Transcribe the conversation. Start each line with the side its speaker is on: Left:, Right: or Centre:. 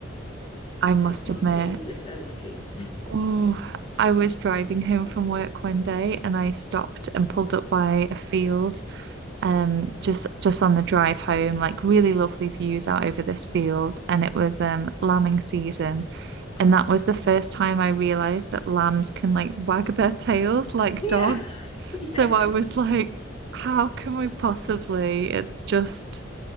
Right: I must
Left: six months
Right: admit,
Left: old if they're lucky.
Right: oh, I was driving home from work one day and I stopped and pulled up by a field um just just on the drive home like really lovely views out over this field and it was um lambing season
Left: <laughs>
Right: and
Left: Ah.
Right: that was the first time I realized that lambs can like wag their tails like
Left: Yeah.
Right: dogs
Left: <laughs>
Right: so
Left: Yes.
Right: I was like how can we possibly it's just